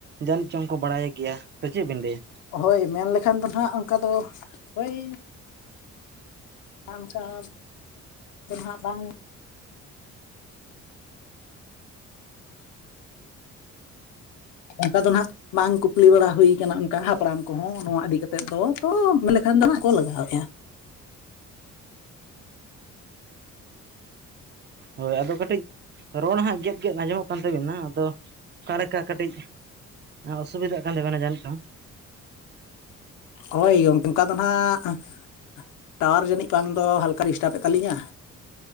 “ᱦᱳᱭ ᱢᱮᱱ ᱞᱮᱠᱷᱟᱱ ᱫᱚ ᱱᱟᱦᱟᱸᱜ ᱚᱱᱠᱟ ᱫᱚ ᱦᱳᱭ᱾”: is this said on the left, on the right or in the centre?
Left